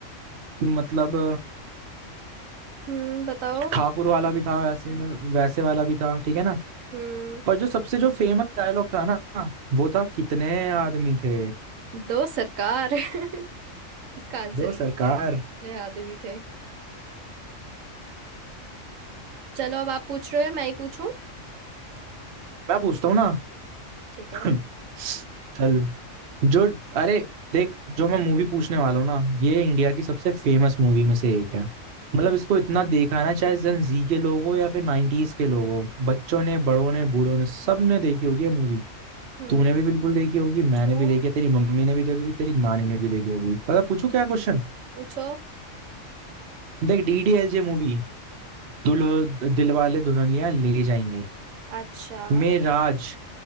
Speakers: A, on the right; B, on the right.
A: मतलब
B: हम्म बताओ
A: ठाकुर वाला भी था वैसे वैसे वाला भी था ठीक है ना
B: हम्म
A: पर जो सबसे जो फेमस डायलॉग था ना वो था कितने आदमी थे
B: दो सरकार <laughs> इसका आंसर
A: दो
B: ही
A: सरकार
B: है इतने आदमी थे चलो अब आप पूछ रहे हो या मैं ही पूछूं
A: मैं पूछता हूँ ना
B: ठीक
A: <laughs>
B: है
A: चल जो अरे देख जो मैं मूवी पूछने वाला हूँ ना ये इंडिया की सबसे फेमस मूवी में से एक है मतलब
B: हम्म
A: इसको इतना देखा है ना चाहे जेन जी के लोग हो या फिर नाइनटीज के लोग हो बच्चों ने बड़ों ने बूढ़ों ने सबने देखी होगी ये मूवी
B: हम्म,
A: तूने भी बिल्कुल देखी होगी मैंने
B: पूछो
A: भी देखी है तेरी मम्मी ने भी देखी होगी तेरी नानी ने भी देखी होगी पता पूछू क्या क्वेश्चन
B: पूछो।
A: देख डीडीएलजे मूवी दुल्हो दिलवाले दुल्हनिया ले जाएंगे
B: अच्छा
A: में राज